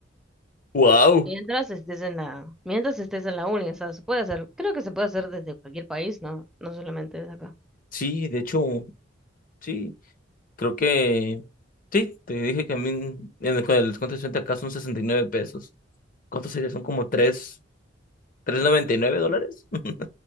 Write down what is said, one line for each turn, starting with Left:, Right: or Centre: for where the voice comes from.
Left: Wow.
Centre: Mientras estés en la, mientras estés en la uni, o sea, se puede hacer, creo que se puede hacer desde cualquier país, no, no solamente desde acá.
Left: Sí, de hecho, sí, creo que sí, te dije que a mí en el, con el descuento de 60 acá son 69 pesos. ¿Cuánto sería? Son como tres tres noventa y nueve dólares. <laughs>